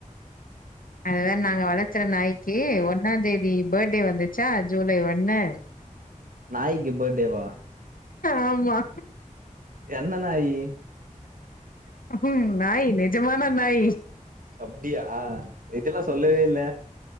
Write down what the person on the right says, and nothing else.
நாய்க்கு பேர்டேவா
என்ன நாயி
அப்டியா இதல்லா சொல்லவே இல்ல